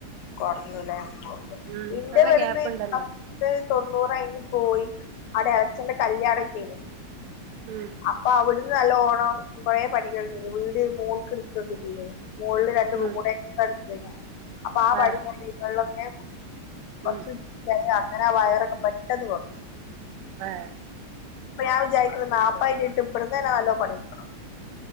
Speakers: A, on the left; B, on the right.
A: കൊറഞ്ഞൂലേ
B: ഉം
A: ഇന്റെ
B: നല്ല
A: വരുന്ന്
B: ഗ്യാപ്പ് ഉണ്ടല്ലോ
A: തൊണ്ണൂറ് കയിഞ്ഞ് പോയി അവിടെ എളെച്ചന്റെ കല്ല്യാണൊക്കേ ആയിനി
B: ഉം
A: അപ്പൊ അവിടുന്ന് നല്ലോണം കൊറേ പണികള് ഉണ്ടേനി വീട് മോൾക്കെടുക്കുവോക്കെ ചെയ്യേനി. മോളില് രണ്ട് റൂമൂടെ
B: ഉം
A: എക്സ്ട്രാ എടുത്തേ അപ്പൊ ആ പണീം
B: ആഹ്
A: കാര്യങ്ങളിലൊക്കെ കൊറച്ച്
B: ഉം
A: ഇതായെ അങ്ങനെ ആ വയറൊക്കെ പെട്ടന്ന് കൊറഞ്ഞു.
B: ഏ
A: ഇപ്പോ ഞാൻ വിചാരിക്കണ് <unintelligible> നല്ലോണം പണിയെടുക്കണം.